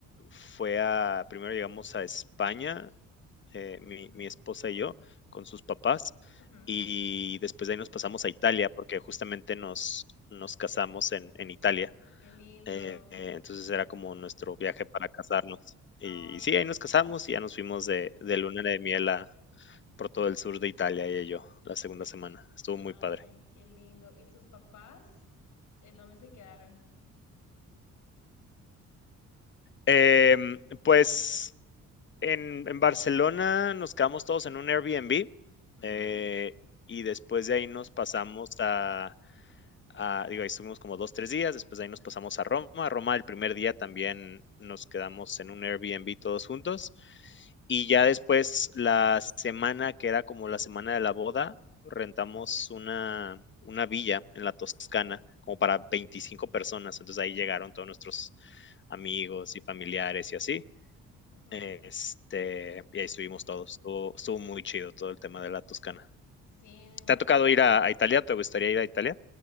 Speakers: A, on the left; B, on the left.
A: fue a, primero llegamos a España, eh, mi,
B: Ujú,
A: mi esposa y yo, con sus papás,
B: ujú.
A: y después de ahí nos pasamos a Italia, porque justamente nos, nos casamos en, en Italia.
B: Qué lindo.
A: Eh, eh, entonces era como nuestro viaje para casarnos. Y,
B: Oh,
A: y sí,
B: qué
A: ahí nos
B: lindo.
A: casamos y ya nos fuimos de, de luna de miel a, por todo el sur de Italia, ella y yo, la segunda semana. Estuvo
B: Ay,
A: muy padre.
B: qué lindo. ¿Y sus papás? ¿En dónde se quedaron?
A: Eh, pues en, en Barcelona nos quedamos todos en un Airbnb,
B: Ujú,
A: eh, y después de ahí nos pasamos a, a- digo, ahí estuvimos como dos, tres días, después de ahí nos pasamos a Roma. A Roma el primer día también nos quedamos en un Airbnb todos juntos. Y
B: ujú.
A: ya después la semana que era como la semana de la boda, rentamos una, una villa en la Toscana como para
B: Ah,
A: 25
B: qué lindo.
A: personas. Entonces
B: Ujú,
A: ahí llegaron todos nuestros amigos y familiares y así.
B: ujú.
A: Este, y ahí estuvimos todos. Estuvo estuvo muy chido todo el tema de la Toscana.
B: Sí, me imagino.
A: ¿Te ha tocado ir a a Italia? ¿Te gustaría ir a Italia?